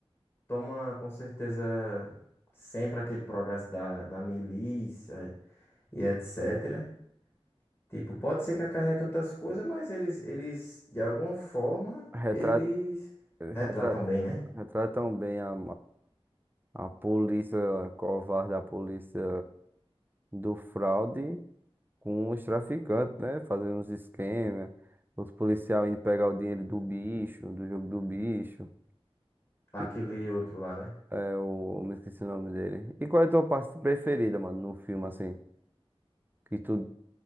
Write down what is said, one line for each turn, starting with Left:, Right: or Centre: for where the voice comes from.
Left: Toma com certeza sempre aquele progresso da, da milícia e etc. Tipo, pode ser que acarreta outras coisas, mas eles, eles, de alguma forma,
Right: Retrata
Left: eles
Right: Retratam,
Left: retratam bem, né?
Right: retratam bem a, a, a polícia covarde, a polícia do fraude com os traficantes, né? Fazendo uns esquemas, os policiais indo pegar o dinheiro do bicho, do jogo do bicho.
Left: Aquele
Right: E
Left: outro lá, né?
Right: é o. Me esqueci o nome dele. E qual é a tua parte preferida, mano, no filme, assim? Que tu.